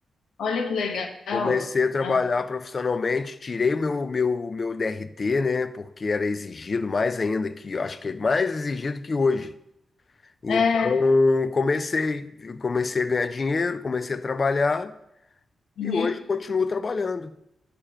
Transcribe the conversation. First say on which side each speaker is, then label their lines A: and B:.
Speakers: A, on the left; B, on the left.
A: Olha que legal.
B: Comecei a trabalhar
A: Ah,
B: profissionalmente, tirei meu, meu, meu DRT, né? Porque era exigido mais ainda que, acho que é mais exigido que hoje. Então,
A: é.
B: comecei, comecei a ganhar dinheiro, comecei a trabalhar
A: Uhum.
B: e hoje continuo trabalhando.